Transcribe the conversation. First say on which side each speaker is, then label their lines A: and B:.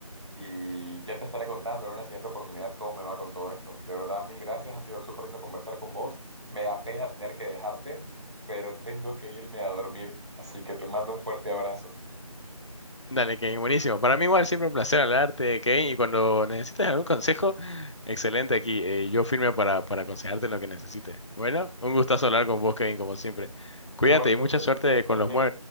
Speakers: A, on the right (about 45°); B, on the left (about 50°).
A: Y ya te estaré contando en una siguiente oportunidad cómo me va con todo esto. De verdad, mil gracias. Ha sido súper lindo conversar con vos. Me da pena tener que dejarte, pero tengo que irme a dormir. Así que te mando un fuerte abrazo.
B: Dale, Kevin, buenísimo. Para mí igual siempre un placer hablarte, Kevin, y cuando necesites algún consejo, excelente aquí. eh, yo firme para, para aconsejarte en lo que necesites. Bueno, un gustazo hablar con vos, Kevin, como siempre. Cuídate
A: Igualmente,
B: y mucha suerte
A: que estén
B: con los
A: bien.